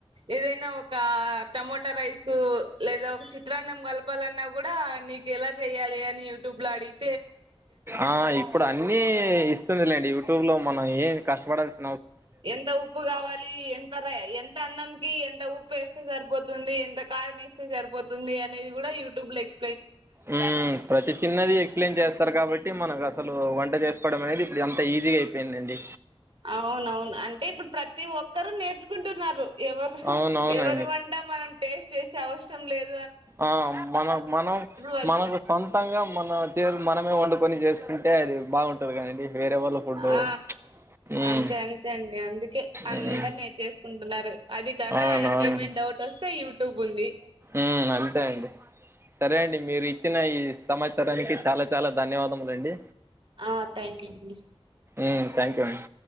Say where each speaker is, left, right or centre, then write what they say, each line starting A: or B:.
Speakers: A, on the right; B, on the right.
A: ఏదైనా ఒక ఆ టమోటా రైసు లేదా ఒక చిత్రాన్నం కలపాలన్న గూడా నీకు ఎలా చెయ్యాలి అని యూట్యూబ్ లో అడిగ్
B: ఆ ఇప్పుడు అన్నీ ఇస్ ఇస్తుందిలెండి యూట్యూబ్ లో మనం ఏమి కష్టపడాల్సి
A: ఎంత ఉప్పు గావాలి లి ఎంత రై ఎంత అన్నంకి ఎంత ఉప్పు వేస్తే సరిపోతుంది ఎంత కారమేస్తే సరిపోతుంది అనేది కూడా యూట్యూబ్ లేక్
B: ఉమ్ ప్రతి చిన్నది ఎక్సప్లయిన్ చేస్త్ సరు కాబట్టి మనకు అసలు వంట చేసుకోవడమనేది ఇప్పుడు ఎంత ఈజీ అయిపోయిందండి
A: అవునవున్ అంటే ఇప్పుడు ప్రతి ఒక్కరు నేర్చుకుంటున్నారు. ఎవరు ఉహ్
B: అవునవునండి
A: ఎవరు వంట మనం టేస్ట్ చేసే అవస్ సమ్ లేద్
B: ఆ మనం మనం
A: వాళ్ళు
B: మనకు సొంతంగా మనం చేర్ మనమే వండుకని చేసుకుంటే అది బాగుంటది కదండి వేరే వాళ్ళ ఫుడ్
A: ఆ
B: ఉమ్
A: అంతే అంతే అండి అందుకే అందర్
B: ఉమ్
A: నేర్చేసుకుంటున్నారు అది కాక
B: అవును
A: ఇంకేమైన్
B: అవును
A: డౌట్ వస్తే యూట్ టుబు ఉంది
B: ఉమ్ అంతే అండి సరేనండి మీరు ఇచ్చిన ఈ సమాచారానికి చాలా చాలా ధన్యవాదములు లండి
A: ఆ థ్యాంక్యూ అండి
B: ఉమ్ థ్యాంక్యూ అండి